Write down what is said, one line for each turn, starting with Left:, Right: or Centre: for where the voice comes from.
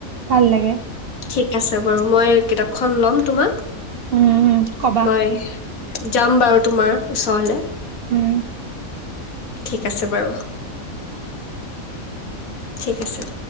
Right: ভাল লাগে।
Left: ঠিক আছে বাৰু, মই কিতাপখন ল'ম, তোমাক
Right: উম, কবা।
Left: মই যাম বাৰু তোমাৰ ওচৰলে।
Right: উম
Left: ঠিক আছে বাৰু। ঠিক আছে।